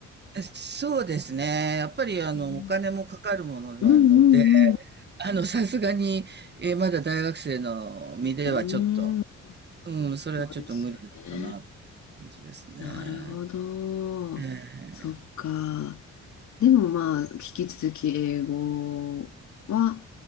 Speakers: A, on the right; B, on the left.
A: え。そうですね。やっぱりあの、
B: うん
A: お金もかかるものなので、
B: うんうん
A: あの、さすがに、えーまだ大学生の身ではちょっと、
B: うん。うーん、
A: うん、それはちょっと無理だったな、
B: そうですよね。
A: って感じですね。
B: なるほど。
A: え
B: そっか。
A: え。
B: でもまあ、引き続き英語は